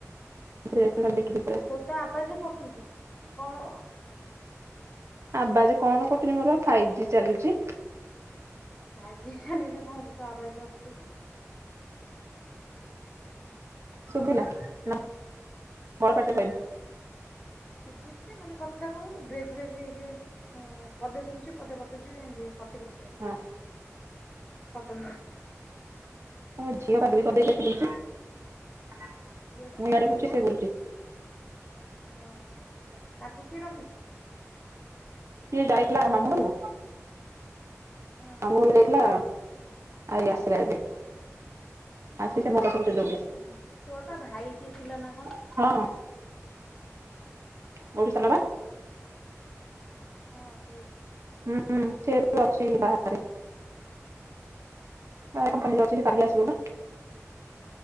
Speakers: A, on the right; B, in the centre.
A: <inaudible>
B: ତୋର ତ ଆବାଜ କଟୁଚି ତୁ କଣ।
A: ଆବାଜ କଣ କଟୁଚି ମୋର ବା ଫାଇଭ୍ ଜି ଚାଲୁଚି।
B: ଫାଇଭ୍ ଜି ଚାଲିଲେ କଣ ହବ ତୋ ଆବାଜ ପା କଟୁଚି।
A: ଶୁଭିଲା ନାଁ।
B: ହାଲୋ।
A: ବଡ ପାଟିରେ କହିବୁ।
B: ଶୁଭୁଚି ଯେ ମାନେ କଥା କହୁନୁ ବ୍ରେକ୍ ବ୍ରେକ୍ ହେଇକି ପଦେ ଶୁଭୁଚି ପଦେ କଟୁଚି ଏମିତି କଟ୍। ଗୋଟିକିଆ
A: ହଁ
B: କରଦଉନୁ।
A: ଆମ ଝିଅ ବାଲି କରିଦେଇଚି ଆସିକି ଏଇଠି
B: ଝିଅଟା
A: ମୁଁ ଇଆଡେ ବୁଲୁଚି
B: କଣ
A: ସେ ବୁଲୁଚି।
B: ହଁ ତାକୁ କିଏ ରଖୁ?
A: ସିଏ ଯାଇଥିଲା ମାମୁଁ ଘରକୁ।
B: ହଁ
A: ମାମୁଁ ଘରକୁ ଯାଇଥିଲା ଆଇ ଆସିଲା ଏବେ। ଆସିସେ ମୋ ପାଖକୁ ଦୋଡିଚି।
B: ହଁ। ତୋର ପା ଭାଇ କିଏ ଥିଲା ନା କଣ?
A: ହଁ। କୋଉଠି ସାନ
B: ଓ
A: ବା
B: ହଁ। ହଁ ସେଇ। ସେଇ
A: ହୁଁ
B: କଥା
A: ହୁଁ
B: ପଚାରୁଥିଲି
A: ସେ ଏବେ ଅଛି
B: କଣ
A: ବାହାରେ।
B: କରୁଛି?
A: ଆ ଏ କମ୍ପାନୀରେ ଅଛି
B: କୋଉ
A: ସେ କାଲି ଆସିବ ବା।